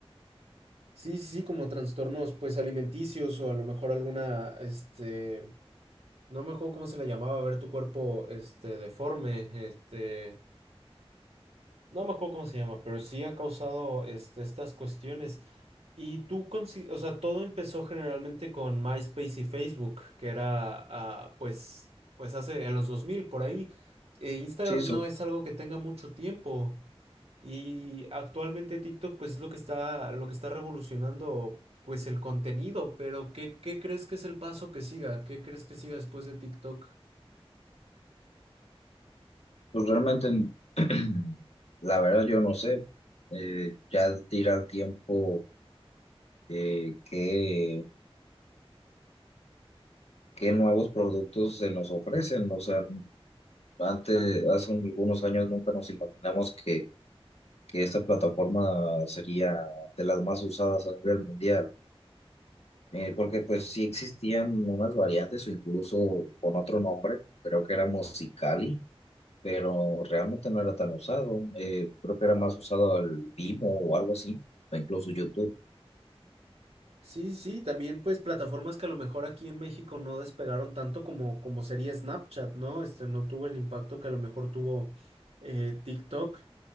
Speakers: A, on the right; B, on the left.
A: Sí, sí, sí, como trastornos, pues alimenticios o a lo mejor alguna, este, no me acuerdo cómo se le llamaba, ver tu cuerpo, este, deforme, este, No me acuerdo cómo se llama, pero sí ha causado este, estas cuestiones. Y tú, consi- o sea, todo empezó generalmente con MySpace y Facebook, que era, ah, pues, pues hace en los 2000 por ahí. Eh, Instagram
B: Sí, so-
A: no es algo que tenga mucho tiempo. Y actualmente TikTok, pues, es lo que está, lo que está revolucionando, pues, el contenido. Pero, ¿qué, qué crees que es el paso que siga? ¿Qué crees que siga después de TikTok?
B: pues realmente, <clears throat> la verdad yo no sé, eh, ya dirá el tiempo eh, qué, qué nuevos productos se nos ofrecen. O sea, antes, hace un- algunos años nunca nos imaginamos que, que esta plataforma sería de las más usadas a nivel mundial. eh, porque pues sí existían unas variantes o incluso con otro nombre, creo que era Musicali, pero realmente no era tan usado, eh, creo que era más usado el Vimo o algo así, o incluso YouTube.
A: Sí, sí, también pues plataformas que a lo mejor aquí en México no despegaron tanto como, como sería Snapchat, ¿no? Este no tuvo el impacto que a lo mejor tuvo eh, TikTok